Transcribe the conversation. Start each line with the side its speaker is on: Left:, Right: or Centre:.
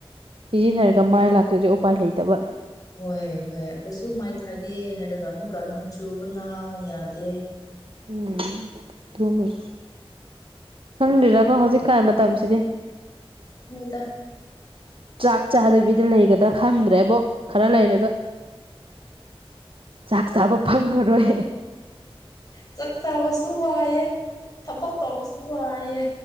Right: ꯁꯤꯖꯤꯟꯅꯔꯒ ꯃꯥꯏ ꯂꯥꯛꯇꯗꯩ ꯎꯄꯥꯏ ꯂꯩꯇꯕ꯭ꯔꯥ
Left: ꯍꯣꯏ ꯍꯣꯏ ꯑꯩꯈꯣꯏꯁꯨ ꯃꯥꯏ ꯊꯥꯒꯦ ꯍꯥꯏꯔꯒ ꯑꯃꯨꯛꯀ ꯅꯣꯡ ꯆꯨꯕꯅ ꯌꯥꯗꯦ
Right: ꯎꯝ ꯊꯃꯦ ꯈꯪꯗꯔꯀꯣ ꯍꯧꯖꯤꯛꯀꯥꯟ ꯃꯇꯝꯁꯤꯗꯤ
Left: ꯅꯣꯏꯗ
Right: ꯆꯥꯛ ꯆꯥꯗꯕꯤꯗ ꯂꯩꯒꯗꯥ ꯈꯪꯗ꯭ꯔꯦꯕꯣ ꯈꯔ ꯂꯩꯔꯒ ꯆꯥꯛ ꯆꯥꯕ ꯐꯪꯉꯔꯣꯏ
Left: ꯆꯥꯛ ꯆꯥꯕꯁꯨ ꯋꯥꯏꯑꯦ ꯊꯕꯛ ꯇꯧꯕꯁꯨ ꯋꯥꯏꯑꯦ